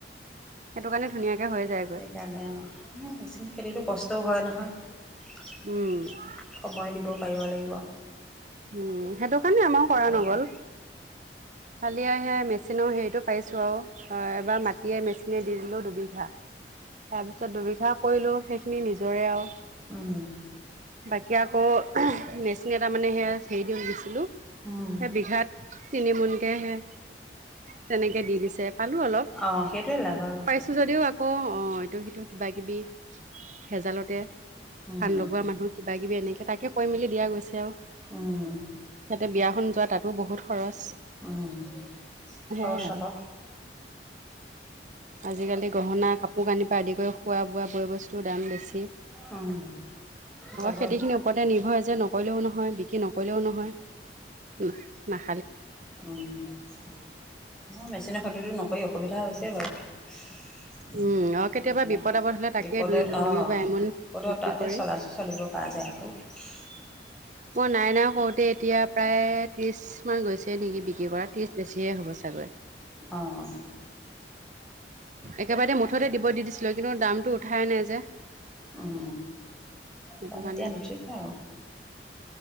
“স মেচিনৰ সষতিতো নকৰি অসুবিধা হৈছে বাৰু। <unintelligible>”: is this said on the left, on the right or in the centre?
Centre